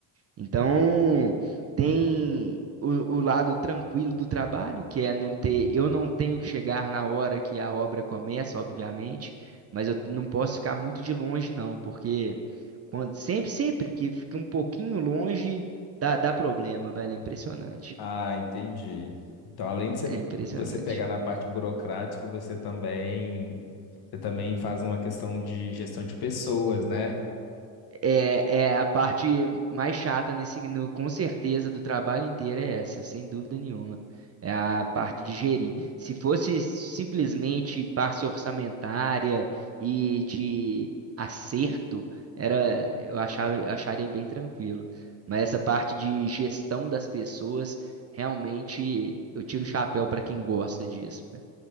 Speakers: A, on the right; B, on the left.
A: Então, tem o, o lado tranquilo do trabalho, que é não ter, eu não tenho que chegar na hora que a obra começa, obviamente, mas eu não posso ficar muito de longe, não, porque quando, sempre, sempre que fica um pouquinho longe, dá, dá problema, velho. É impressionante.
B: Ah, entendi. Então, além de você,
A: É impressionante.
B: você pegar na parte burocrática, você também, você também faz uma questão de gestão de pessoas, né?
A: É, é a parte mais chata nesse, no- com certeza, do trabalho inteiro é essa, sem dúvida nenhuma. É a parte de gerir. Se fosse simplesmente parte orçamentária e de acerto, era, eu achava, acharia bem tranquilo. Mas essa parte de gestão das pessoas, realmente, eu tiro o chapéu para quem gosta disso, né?